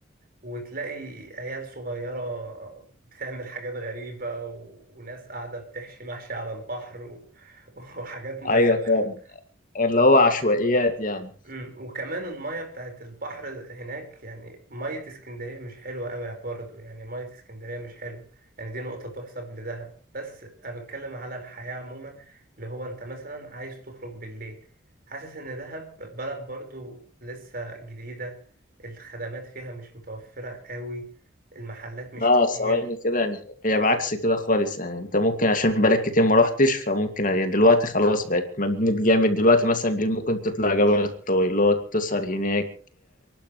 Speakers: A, on the right; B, on the left.
A: وتلاقي عيال صغيرة بتعمل حاجات غريبة و... وناس قاعدة بتحشي محشي على البحر و... <laughs> وحاجات متخلفة
B: ايوه فاهم اللي هو عشوائيات يعني
A: مم. وكمان المية بتاعت البحر هناك يعني مية اسكندرية مش حلوة قوي برضه يعني مية اسكندرية مش حلوة يعني دي نقطة تحسب لدهب بس أنا بتكلم على الحياة عموما اللي هو أنت مثلا عايز تخرج بالليل حاسس إن دهب بلد برضه لسه جديدة الخدمات فيها مش متوفرة قوي المحلات مش
B: لا
A: كتير
B: ثواني كده يعني هي بعكس كده خالص يعني انت ممكن عشان بقالك كتير ما روحتش فممكن يعني دلوقتي خلاص بقت مدينة جامد دلوقتي مثلا بالليل ممكن تطلع جبل الطويلات تسهر هناك